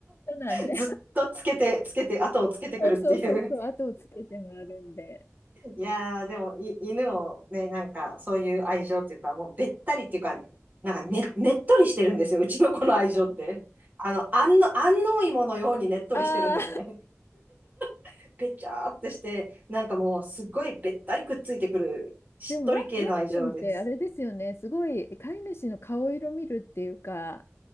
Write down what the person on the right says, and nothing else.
ずっとつけて、つけて、後をつけてくるっていう。
いやー、でも、い、犬をね、なんか、そういう愛情っていうか、もうべったりっていうか、なんかね、ねっとりしてるんですよ。うちの子の愛情って。あの、安の、安納芋のようにねっとりしてるんですね。
<laughs> べちゃーってして、なんかもう、すっごいべったりくっついてくる、しっとり系の愛情です。